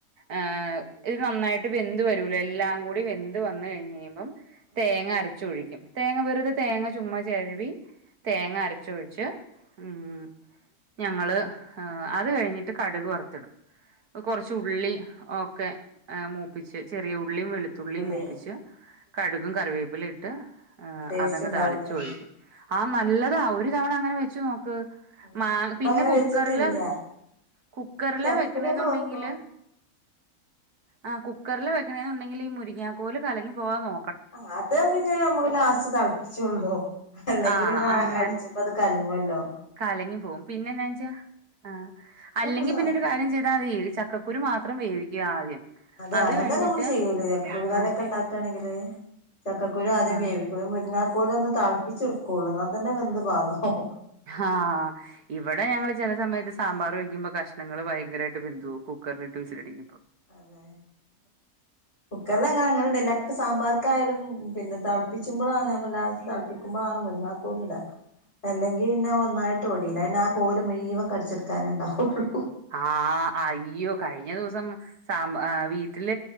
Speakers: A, on the right; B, on the left.
A: ഏഹ് ഇത് നന്നായിട്ട് വെന്ത് വെരുലെ എല്ലാം കൂടി വെന്ത് വന്ന് കഴിഞ്ഞെഴിയ്മ്പം.
B: അതെ
A: തേങ്ങ അരച്ച് ഒഴിക്കും തേങ്ങ വെറുതെ തേങ്ങ ചുമ്മാ ചെരവി. തേങ്ങ അരച്ച് ഒഴിച്ച് ഉം ഞങ്ങൾ. ആഹ് അത് കഴിഞ്ഞിട്ട് കട്ക് വർത്ത് ഇടും എഹ് കൊറച്ച് ഉള്ളി ഒക്കെ. ഏഹ് മൂപ്പിച്ച് ചെറിയ ഉള്ളിയും വെള്ത്തുള്ളിയും
B: ഉള്ളി
A: മൂപ്പിച്ച്. കട്കും കറിവേപ്പിലിം ഇട്ട് ഏഹ്
B: ടേസ്റ്റ്
A: അത് അങ്ങ്
B: ഉണ്ടാവൂലേ
A: താളിച്ച് ഒഴിക്കും. ആഹ് നല്ലതാ ഒര് തവണ അങ്ങനെ വെച്ച് നോക്ക്
B: അതെ
A: മാങ്ങ പിന്നെ
B: അങ്ങനെ
A: കു
B: വെച്ചിട്ടില്ല
A: ക്കെർൽ കുക്കെറിലാ
B: ഇങ്ങനെ ചക്കക്കുരൊക്കെ
A: വെക്ക്ണെന്ന് ഉണ്ടെങ്കിൽ
B: വെക്കും
A: ആഹ് കുക്കെർൽ വെക്കണേന്നുണ്ടെങ്കിൽ ഈ മുരിങ്ങ കോല് കലങ്ങി പോവാതെ നോ
B: ആഹ് അത് പിന്നെ നമ്മെക്ക് ലാസ്റ്റ് തളപ്പിച്ചൊള്ളു അല്ലെങ്കി
A: ആ
B: പിന്നെ അ
A: അങ്ങനെ
B: അട്ച്ചെ മ്പം അത് കൽങ്ങല്ലോ?
A: കലങ്ങി പോവും പിന്നെ എന്നാ വെച്ചാ ആഹ്
B: അത്
A: അല്ലെങ്കി
B: നമ്മൾ സാക്കിയ
A: പിന്നെ ഒര് കാര്യം ചെയ്താ മതി ഇത് ചക്ക കുരു മാത്രം വേവിക്കാ ആദ്യം.
B: അതെ
A: അത്
B: അങ്ങൻ
A: കഴിഞ്ഞിട്ട്
B: തന്നെ നമ്മൾ ചെയ്യൽ ചക്കകുരു കറിയൊക്കൊ
A: ആഹ്
B: ഇണ്ടാക്ക് ക്കാണെങ്കിൽ ചക്ക കുരു ആദ്യം
A: ആഹ്
B: വേവിക്കും ഇന്നെട്ട് മുരിങ്ങാ കോൽ ഒന്ന് തളപ്പിച്ച് ഇട്കൊള്ളു ഇന്നാ തന്നെ വെന്ത് പാകാകും.
A: ആഹ് ഇവടെ ഞങ്ങൾ ചെല സമയത്ത് സാമ്പാർ വെക്കിമ്പം കഷ് ണങ്ങൾ ഭയങ്കരായിട്ട് വെന്തു പോവും കുക്കെർൽ ഇട്ട് വിസിൽ അടികുമ്പം.
B: അതെ കുക്കെർൽ ഞങ്ങൾ അങ്ങനെ ഇടെൽ ഇല്ലാ ഒക്കെ സ് സാമ്പാർക്കായാലും പിന്നെ തൾപ്പിച്ചുമ്പളാണ് ഞമ്മൾ ലാസ്റ്റ് തൾപ്പിക്കുമ്പളാണ് മുരുങ്ങാ കോൽ ഇടാ. അല്ലെങ്കി പിന്നെ ഒന്നായിട്ട് ഒടിലെ പിന്നെ ആ കോല് മുഴ് വെൻ കട്ച്ച്ട്ക്കാനെ ഇണ്ടാവൊള്ളു
A: ആഹ് അയ്യോ കഴിഞ്ഞ ദിവ്സം സാമ്പാ ഏഹ് വീട്ട്ൽ